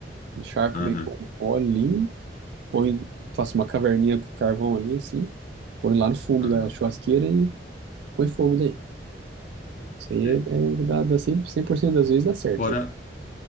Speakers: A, on the right (about 75°); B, on the left (about 45°).
A: Encharco
B: Aham,
A: bem com óleo ali, põe, faço uma caverninha com carvão ali, assim, põe lá no fundo
B: aham.
A: da churrasqueira e põe fogo daí. Isso aí
B: sei.
A: é, é, dá, dá cem, cem por cento das vezes dá certo.
B: Fora,